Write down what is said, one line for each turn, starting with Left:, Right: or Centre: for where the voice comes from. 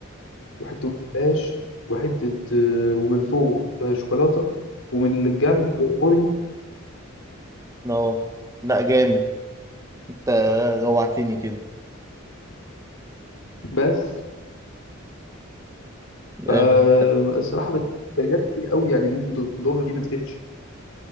Left: وحته جلاش وحته آه، ومن فوق آه، شوكولاته ومن الجنب اوريو
Right: اه لا جامد انت جوعتني كده
Left: بس فالصراحه
Right: آه،
Left: بس كالوريات كتير قوي يعني ممكن تضر دي ما تفيدش